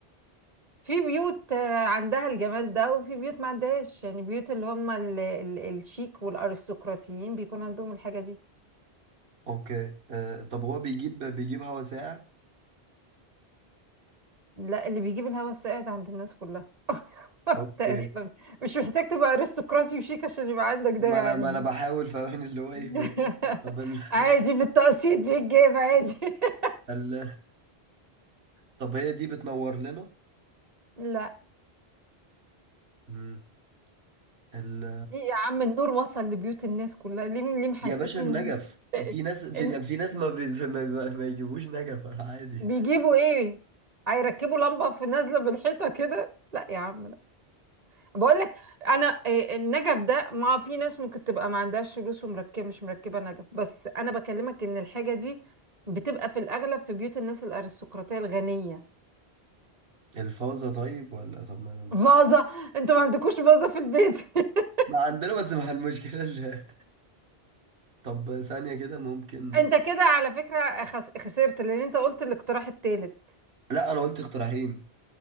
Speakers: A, on the right; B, on the right.
A: في بيوت آه، عندها الجمال ده وفي بيوت ما عندهاش يعني بيوت اللي هم ال ال الشيك والارستقراطيين بيكون عندهم الحاجة دي
B: اوكي آه طب هو بيجيب بيجيب هوا ساقع
A: لا اللي بيجيب الهوا الساقع ده عند الناس كلها <laughs>
B: اوكي
A: تقريبا مش محتاج تبقى ارستقراطي وشيك عشان يبقى عندك ده
B: ما
A: يعني
B: انا ما انا بحاول فاهم اللي هو ايه
A: <laughs>
B: بقى. طب ال...
A: عادي بالتقسيط بيتجاب عادي <laughs>
B: ال... طب هي دي بتنور لنا
A: لا
B: مم. ال...
A: ليه يا عم النور وصل لبيوت الناس كلها ليه ليه محسسني
B: يا باشا النجف
A: ان <laughs>
B: في ناس في,
A: إن-
B: في ناس ما, بي... <laughs> ما, ما ما يجيبوش نجف عادي
A: بيجيبوا ايه هيركبوا لمبة في نازلة من الحيطة كده لا يا عم لا بقول لك انا إيه، النجف ده ما في ناس ممكن تبقى ما عندهاش فلوس ومركبه مش مركبة نجف بس انا بكلمك ان الحاجة دي بتبقى في الاغلب في بيوت الناس الارستقراطية الغنية
B: الفوزة طيب ولا طب ما انا
A: فازة انتوا ما عندكوش فازة في البيت <laughs>
B: ما عندنا بس مع المشكلة اللي... طب ثانية كده ممكن
A: انت كده على فكرة خس- خسرت لان انت قلت الاقتراح التالت
B: لا انا قلت اقتراحين